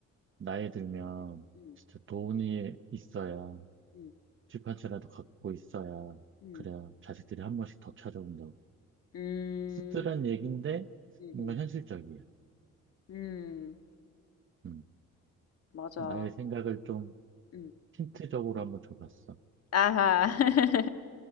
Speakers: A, on the right; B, on the left.
A: 나이 들면
B: 음,
A: 진짜 돈이 있어야
B: 음,
A: 집 한 채라도 갖고 있어야
B: 음,
A: 그래야 자식들이 한 번씩 더 찾아온다고.
B: 음,
A: 씁쓸한 얘기인데
B: 음,
A: 뭔가
B: 음,
A: 현실적이야.
B: 음,
A: 음,
B: 맞아.
A: 나의 생각을 좀
B: 음,
A: 힌트적으로 한번 줘봤어.
B: 아하, <laughs>